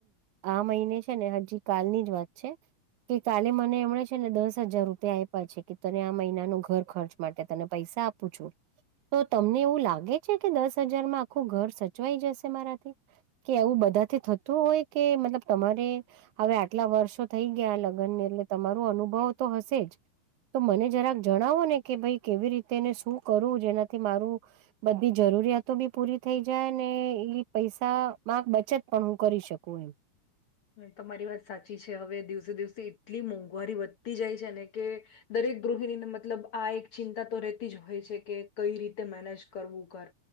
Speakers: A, on the right (about 75°); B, on the left (about 60°).
A: આ મહિને છે ને હજી કાલની જ વાત છે. કે કાલે મને એમણે છે ને દસ હજાર રૂપર તે આપયા છે કે તને આ મહિના નો ઘર ખર્ચ માટે તને પૈસા આપું છું. તો તમને એવું લાગે છે કે દસ હજારમાં આખું ઘર સચવાઈ જશે મારાથી. કે એવું બધાથી થતું હોય કે મતલબ તમારે. હવે આટલા વર્ષો થઈ ગયા લગ્નને એટલે તમારો અનુભવ તો હશે જ. તો મને જરાક જણાવો ને કે ભાઈ કેવી રીતેને શું કરવું જેનાથી મારું બધી જરૂરિયાતો બી પૂરી થઈ જાય ને એ પૈસામાંક બચત પણ હું કરી શકું એમ.
B: તમારી વાત સાચી છે હવે દિવસે દિવસે એટલી મોંઘવારી વધતી જાય છેને કે દરેક ગૃહિણીને મતલબ આ એક ચિંતા તો રહેતી જ હોય છે કે કઈ રીતે મેનેજ કરવું ઘર